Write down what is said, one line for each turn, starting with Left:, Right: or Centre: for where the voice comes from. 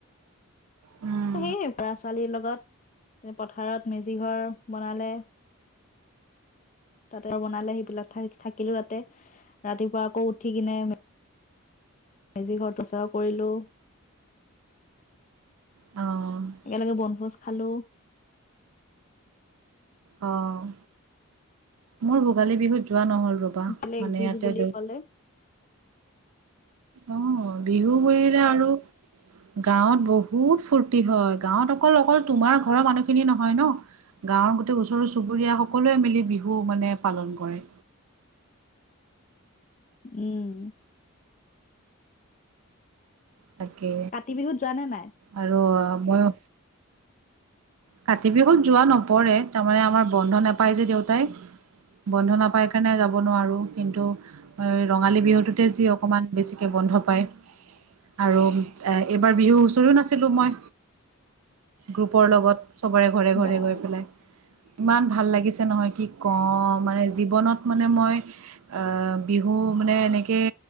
Right: উম।
Left: সেয়ে, ল'ৰা ছোৱালীৰ লগত পথাৰত মেজি ঘৰ বনালে তাতে আৰু বনালে সেই বিলাক থাইত থাকিলো তাতে। ৰাতিপুৱা আকৌ উঠি কিনে মেজি ঘৰত প্ৰচাৰও কৰিলোঁ।
Right: অ'।
Left: একেলগে বনভোজ খালো।
Right: অ', মোৰ ভোগালী বিহুত যোৱা নহল ৰবা
Left: বেলেগ
Right: মানে
Left: বিহু
Right: ইয়াতে
Left: বুলি
Right: লৈ
Left: ক'লে
Right: অ', বিহু বোলিলে আৰু গাঁৱত বহুত ফূৰ্তি হয়। গাঁৱত অকল অকল তোমাৰ ঘৰৰ মানুহখিনিয়ে নহয় ন। গাঁৱৰ গোটেই ওচৰ চুবুৰীয়া সকলোৱে মিলি বিহু মানে পালন কৰে।
Left: উম।
Right: তাকে
Left: কাতি বিহুত যোৱা নে নাই?
Right: আৰু মই কাতি বিহুত যোৱা নপৰে, তাৰমানে আমাৰ বন্ধ নাপায় যে দেউতাই। বন্ধ নাপাই কাৰণে যাব নোৱাৰোঁ কিন্তু ৰঙালী বিহুটোতে যি অকণমান বেছিকৈ বন্ধ পায়। আৰু এইবাৰ বিহু হুঁচৰিও নাচিলো মই গ্ৰুপৰ লগত। সবৰে ঘৰে ঘৰে
Left: বাহ
Right: গৈ পেলাই ইমান ভাল লাগিছে নহয় কি কওঁ মানে জীৱনত মানে মই বিহু মানে এনেকৈ